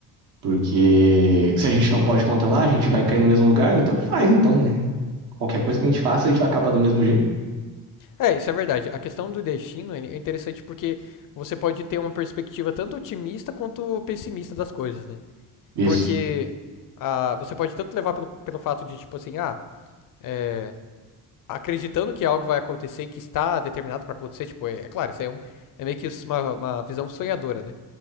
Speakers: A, on the right; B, on the left.
A: porque se a gente não pode controlar, a gente vai cair no mesmo lugar, tanto faz então, né? Qualquer coisa que a gente faça, a gente vai acabar do mesmo jeito.
B: É, isso é verdade. A questão do destino ele é interessante porque você pode ter uma perspectiva tanto otimista quanto pessimista das coisas, né?
A: Isso,
B: Porque ah, você pode tanto levar pelo, pelo fato de, tipo assim, ah, é, acreditando que algo vai acontecer que está determinado para acontecer, tipo, é, é claro, isso é, um, é meio que uma, uma visão sonhadora, né?